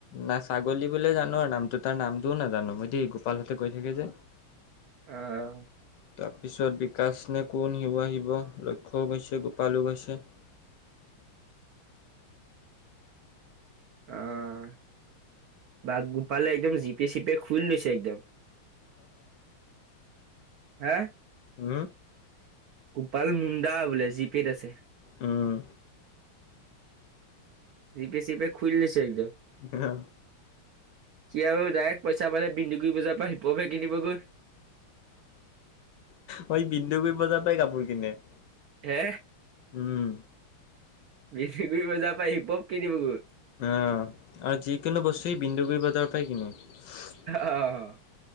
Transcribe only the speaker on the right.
অ'
অ' বা গোপালে একদম জিপে চিপে খুলি লৈছে একদম। হা?
গোপাল মুণ্ডা বোলে, জি পেেত আছে
চিপে- চিপে খুলি দিছে একদ
সি আৰু ডাইৰেক্ট পইচা পালে বিন্দুগুৰি বজাৰ পৰা হিপহফহে কিনিবগৈ।
হে?
<unintelligible> বজাৰৰ পৰা হিপহপ কিনিবগৈ।
আহ